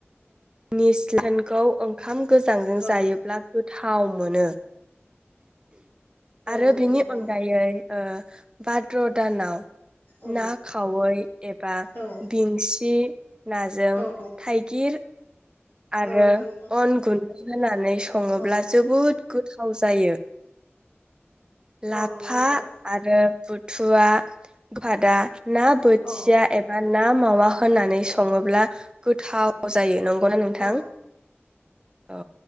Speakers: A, on the right; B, on the left.
A: निस्लाखौ ओंखाम गोजांजों जायोब्ला
B: औ
A: गो थाव मोनो। आरो
B: औ नंगौ
A: बेनि
B: नोंथां
A: अनगायै ओ भाद्र' दानाव
B: औ
A: ना खावै एबा
B: औ
A: बिंसि नाजों
B: औ
A: थाइगिर आरो
B: औ नंगौ नोंथां
A: अन गुन्दै होनानै सङोब्ला
B: औ
A: जोबोद गो थाव जायो। लाफा
B: औ नंगौ नोंथां
A: आरो बुथुवा गोफादा ना बोथिया
B: औ
A: एबा ना मावा होननानै सङोब्ला गोथाव जायो नंगौ नंगौना नोंथां?
B: औ
A: औ